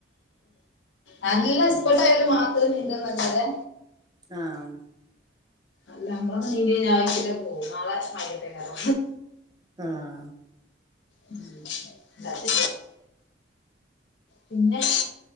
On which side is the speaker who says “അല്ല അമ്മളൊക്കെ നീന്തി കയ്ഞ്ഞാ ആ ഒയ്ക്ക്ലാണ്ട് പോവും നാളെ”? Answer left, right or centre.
Left